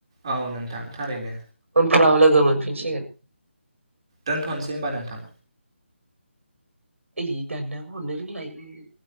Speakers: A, on the right (about 25°); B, on the right (about 85°).
A: औ नोंथां थारैनो
B: उनफोराव लोगो मोनफिनसिगोन।
A: दोनथ'नोसै होमबा नोंथां।
B: ओइ दानाबो हरनो रोंला इयो।